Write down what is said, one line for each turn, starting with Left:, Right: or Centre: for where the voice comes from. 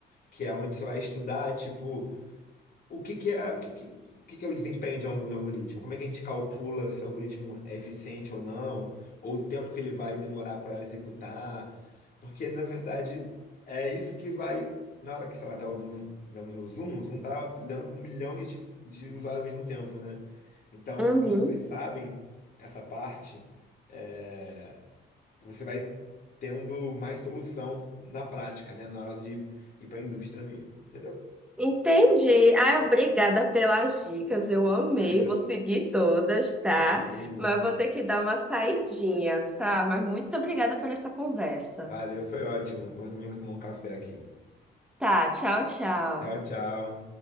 Left: que é onde você vai estudar, tipo, O que que é, o que que, o que que é o desempenho de algum algoritmo? Como é que a gente calcula se o algoritmo é eficiente ou não? Ou o tempo que ele vai demorar para executar? Porque, na verdade, é isso que vai. Na hora que, sei lá, tá ouvindo, um- dando o Zoom, o Zoom tá lidando com milhões de, de usuários ao mesmo tempo, né? Então,
Centre: Uhum.
Left: quando as pessoas sabem essa parte, é, você vai tendo mais solução na prática, né? Na hora de ir para a indústria mesmo. Entendeu?
Centre: Entendi. Ah, obrigada pelas dicas. Eu amei,
Left: Ah, legal.
Centre: vou seguir todas, tá?
Left: Eu gostei muito.
Centre: Mas eu vou ter que dar uma saidinha, tá? Mas muito obrigada por essa conversa.
Left: Valeu, foi ótimo. Eu também vou tomar um café aqui.
Centre: Tá, tchau, tchau.
Left: Tchau, tchau.